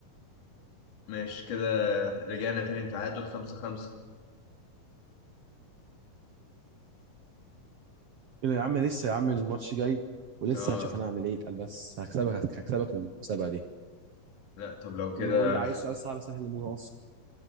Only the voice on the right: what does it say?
كده يا عم لسه يا عم الماتش جاي ولسه
هشوف انا هعمل ايه اتقل بس هكسبك هكسبك المسابقه دي
يلا قول لي عايز سؤال صعب سهل متوسط